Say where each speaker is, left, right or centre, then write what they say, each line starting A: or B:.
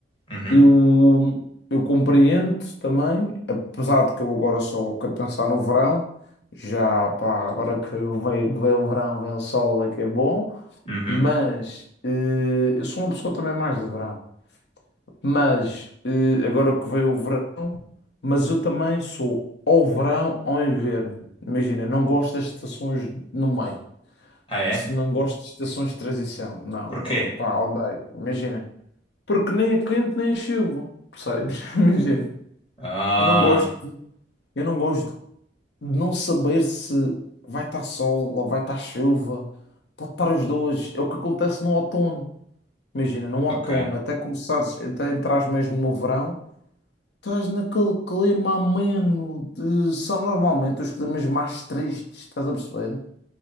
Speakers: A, on the left; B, on the left.
A: Uhum,
B: eu, eu compreendo também, apesar de que eu agora só quero pensar no verão, já pá, agora que vem, vem o verão, vem o sol, é que é bom,
A: uhum.
B: mas eh, eu sou uma pessoa também mais de verão, mas eh, agora que veio o verão, mas eu também sou ao verão, ao inverno. Imagina, não gosto das estações no meio.
A: Ah, é?
B: Se não gosto de estações de transição, não,
A: Porquê?
B: Oh, pá, odeio, imagina. Porque nem é quente nem é chuva, percebes? <laughs> Imagina.
A: Ah,
B: Eu não gosto, eu não gosto de não saber se vai estar sol ou vai estar chuva. Pode estar os dois. É o que acontece no outono. Imagina, no
A: ok.
B: outono, até começares, até entrares mesmo no verão, estás naquele clima ameno. De... São normalmente os climas mais tristes, estás a perceber?